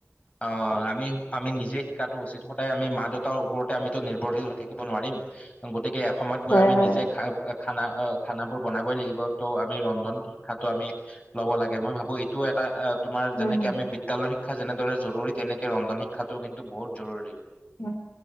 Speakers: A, on the left (about 30°); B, on the left (about 65°).
A: আহ আমি আমি নিজে শিকাটো উচিত সদায় আমি মা দেউতাৰ ওপৰতে আমিতো নিৰ্ভৰশীল হৈ থাকিব নোৱাৰিম গতিকে এসময়ত গৈ
B: হয়
A: আমি
B: হয়
A: নিজে খা খানা খানা বোৰ বনাবই লাগিব ত' আমি ৰন্ধন শিক্ষাটো আমি ল'ব লাগে মই ভাবো এইটোও এটা তোমাৰ যেনেক
B: উম
A: আমি বি্যালয় শিক্ষ শিক্ষা যেনেদৰে জৰুৰী তেনেকে ৰন্ধন শিক্ষাটো কিন্তু বহুত জৰুৰী
B: উম